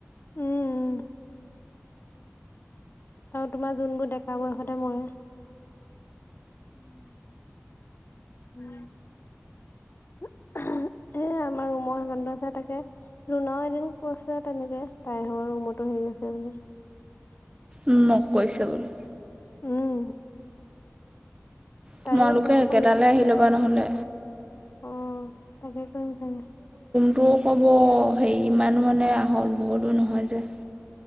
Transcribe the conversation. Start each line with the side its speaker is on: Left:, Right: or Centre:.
Left: উম উম আৰু তোমাৰ যোনবোৰ ডেকা বয়সতে মৰে উম এমহ এ আমাৰ ৰুমৰ সেখন দৰ্জা থাকে বন্ধ যে তাকে ৰুনাও এদিন কৈছে তেনেকে তাই ভাগ ৰুমতো হেৰি চাব ন
Right: উ মোক কৈছে বুলি
Left: উম
Right: তোমালোকে
Left: তাইও তেনেকে
Right: একেটালে
Left: সৰিয়হ
Right: আহি ল'বা নহলে
Left: অ তাকে কৰিম থাকে
Right: তটো ক'ব হেৰি ইমানো মানে আহল বহলো নহয় যে